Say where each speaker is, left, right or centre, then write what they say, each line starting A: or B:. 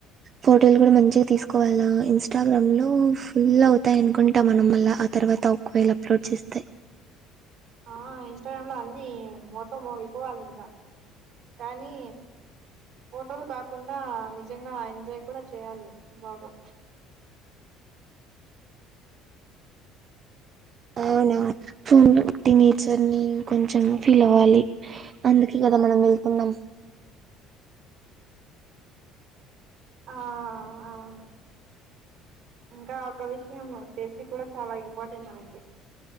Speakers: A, on the right; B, on the right.
A: ఫోటోలు గుడ మంచిగ తీసుకోవాలా ఇంస్టాగ్రామ్ లో ఫుల్ అవుతాయ్ అనుకుంటా మనం మల్లా ఆ తర్ ర్వాత ఒక వేళా అప్లోడ్ చెస్తే
B: ఆ ఇంస్టాగ్రామ్ లో అన్నీ మోత మోగిపోవాలింక కానీ ఫోటోలు కాకుండా నిజంగా ఎంజాయ్ కూడ చేయాలి బాగా
A: అవునా ఫోన్ లో టినేచర్ నీ కొంచం ఫీల్ అవ్వాలి అందుకే గాదా మనం ఎళ్తున్నం
B: ఆ.. ఔను ఇంకా ఒక విషయం సేఫ్టీ కూడా చాలా ఇంపార్టెంట్ మనకి